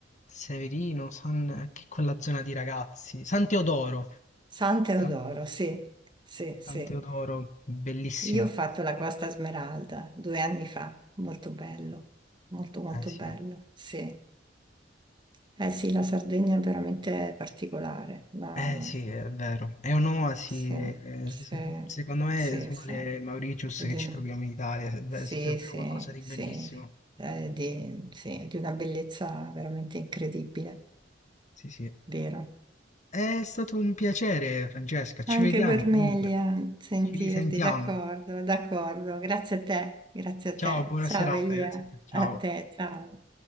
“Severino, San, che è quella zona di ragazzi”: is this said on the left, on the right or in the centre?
Left